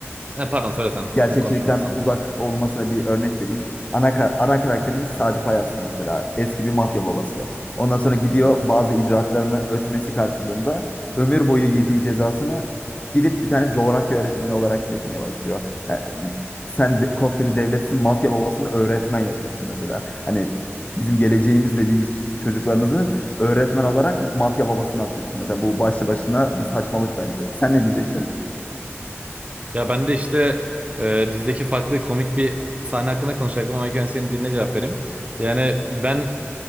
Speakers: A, on the right; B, on the left.
A: Ha, pardon söyle sen.
B: gerçekçilikten
A: Ben konuşmam bitti sandım.
B: uzak olmasına bir örnek vereyim. Ana, ka- ana karakterimiz Sadi Payaslı mesela. Eski bir mafya babası. Ondan sonra gidiyor bazı icraatlarını ötmesi karşılığında ömür boyu yediği cezasını gidip bir tane coğrafya öğretmeni olarak çekmeye başlıyor. Yani sen de- koskoca devletsin mafya babasını öğretmen yapıyorsun mesela. Hani bizim geleceğimiz dediğimiz çocuklarınızı öğretmen olarak mafya babasına atıyorsun. Mesela bu başlı başına bir saçmalık bence. Sen ne diyecektin?
A: Ya ben de işte e, dizideki farklı komik bir sahne hakkında konuşacaktım ama ilk önce senin diline cevap vereyim. Yani ben